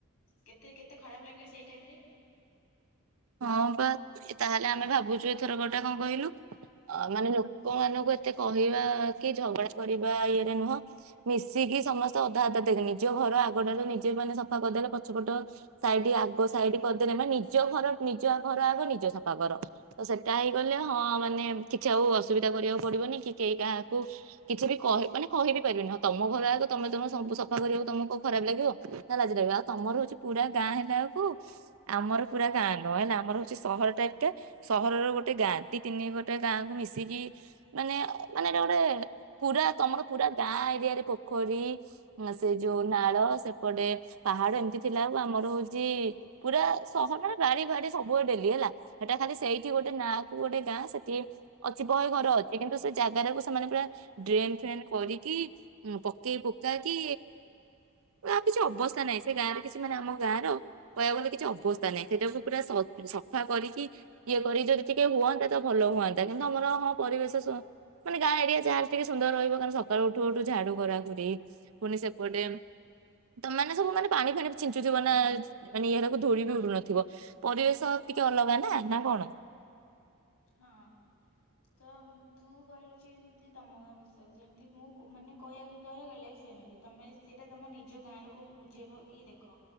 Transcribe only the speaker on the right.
ହଁ ପା। ତାହେଲେ ଆମେ ଭାବୁଚୁ ଏଥର କ ଟା କଣ କହିଲୁ ଅ ମାନେ ଲୋକମାନଙ୍କୁ ଏତେ କହିବା କି ଝଗଡା କରିବା ଇଏରେ ନୁହଁ ମିଶିକି ସମସ୍ତେ ଅଧା ଅଧା ଦେଖେ, ନିଜ ଘର ଆଗଟାକୁ ନିଜେ ମାନେ ସଫା କରିଦେଲେ ପଛପଟ ସାଇଟି ଆଗ ସାଇଟି କରିଦେଲେ ମାନେ ନିଜ ଘର ନିଜ ଘର ଆଗ ନିଜେ ସଫା କର। ତ ସେଟା ହେଇଗଲେ ହଁ ମାନେ କିଛି ଆଉ ଅସୁବିଧା କରିବାକୁ ପଡିବନି କି କେହି କାହାକୁ କିଛି ବି କହି ମାନେ କହିବି ପାରିବେନି। ହଁ ତମ ଘର ଆଗ ତମେ ତମ ସବୁ ସଫା କରିବାକୁ ତମକୁ କୋଉ ଖରାପ ଲାଗିବ। ନା ଲାଜ ଲାଗିବ। ଆଉ ତମର ହଉଚି ପୁରା ଗାଁ ହେଲା ବେଳକୁ ଆମର ପୁରା ଗାଁ ନହେଲା ଆମର ହଉଚି ସହର ଟାଇପ୍ ଟା। ସହରର ଗୋଟେ ଗାଁ, ଦି ତିନି ଗୋଟେ ଗାଁକୁ ମିଶିକି ମାନେ ମାନେ ଏଟା ଗୋଟେ ପୁରା ତମର ପୁରା ଗାଁ ଏରିଆରେ ପୋଖରୀ ସେ ଯୋଉ ନାଳ ସେ ଏପଟେ ପାହାଡ ଏମିତି ଥିଲା ବେଳକୁ ଆମର ହଉଚି ପୁରା ସହର ର ଗାଡ଼ି ଫାଡି ସବୁବେଳେ ଡେଲି ହେଲା। ହେଟା ଖାଲି ସେଇଠି ଗୋଟେ ନାଁ କୁ ଗୋଟେ ଗାଁ। ସେଠି ଅଛି ବହେ ଘର ଅଛି। କିନ୍ତୁ ସେ ଜାଗା ରାକୁ ସେମାନେ ପୁରା ଡ୍ରେନ୍ ଫ୍ରେନ୍ କରିକି ଉଁ ପକେଇ ପୁକାକି ପୁରା ଆଉ କିଛି ଅବସ୍ଥା ନାହିଁ। ସେ ଗାଁରେ କିଛି ମାନେ ଆମ ଗାଁ ର କହିବାକୁ ଗଲେ କିଛି ଅବସ୍ଥା ନାହିଁ। ସେଇଟାକୁ ପୁରା ସଫା କରିକି ଇଏ କରି ଯଦି ଟିକେ ହୁଅନ୍ତା ତ ଭଲ ହୁଅନ୍ତା। କିନ୍ତୁ ଆମର ହଁ ପରିବେଶ ସ ମାନେ ଗାଁ ଏରିଆ ଯାହା ହେଲେ ଟିକେ ସୁନ୍ଦର ରହିବ। କାରଣ ସକାଳୁ ଉଠୁ ଉଠୁ ଝାଡୁ କରା କୁରି ପୁଣି ସେପଟେ ତମେ ମାନେ ସବୁ ମାନେ ପାଣି ଫାଣି ଛିଞ୍ଚୁଥିବ ନା ମାନେ ଇଆରାକୁ ଧୋଳି ବି ଉଡୁନଥିବ ପରିବେଶ ଟିକେ ଅଲଗା ନା ନା କଣ?